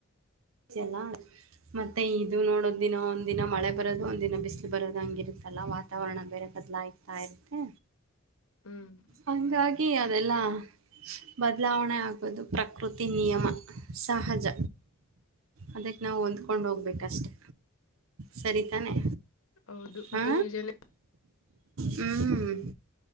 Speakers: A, on the right; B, on the left.
A: <unintelligible> ಮತ್ತೆ ಇದು ನೋಡೋದ ದಿನ ಒಂದಿನ ಮಳೆ ಬರೋದು ಒಂದ ದಿನ ಬಿಸ್ಲು ಬರೋದು ಹಂಗಿರುತ್ತಲ್ಲ ವಾತಾವರಣ ಬೇರೆ ದಲ ಆಯ್ತಾ ಇರುತ್ತೆ
B: ಹ್ಮ್
A: ಹಂಗಾಗಿ ಅದೆಲ್ಲಾ ಬದಲಾವಣೆ ಆಗೋದು ಪ್ರಕೃತಿ ನಿಯಮ ಸಹಜ ಅದಕ್ಕೆ ನಾವು ಹೊಂದ್ಕೊಂಡು ಹೋಗ್ಬೇಕಷ್ಟೆ ಸರಿತಾನೆ
B: ಹೌದು
A: ಹಾ
B: ಅದು ನಿಜನೇ
A: ಹ್ಮ್